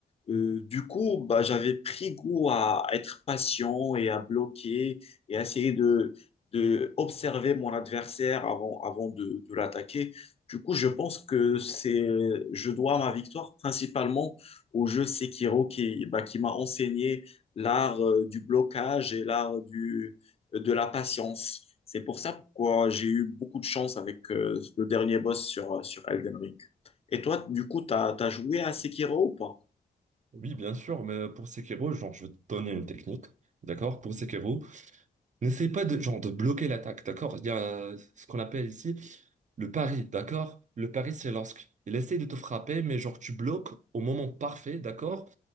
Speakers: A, on the left; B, on the right.
A: Euh, du coup, bah, j'avais pris goût à être patient et à bloquer et à essayer de, de observer mon adversaire avant, avant de, de l'attaquer. Du coup, je pense que c'est, je dois ma victoire principalement au jeu Sekiro qui, bah, qui m'a enseigné l'art euh, du blocage et l'art du, de la patience. C'est pour ça pourquoi j'ai eu beaucoup de chance avec euh, le dernier boss sur, sur Elden Ring. Et toi, du coup, t'as, t'as joué à Sekiro ou pas?
B: Oui, bien sûr, mais pour Sekiro, genre, je vais te donner une technique, d'accord? Pour Sekiro, n'essaie pas de, genre, de bloquer l'attaque, d'accord? Il y a euh, ce qu'on appelle ici le pari, d'accord? Le pari, c'est lorsque il essaie de te frapper, mais genre, tu bloques au moment parfait, d'accord?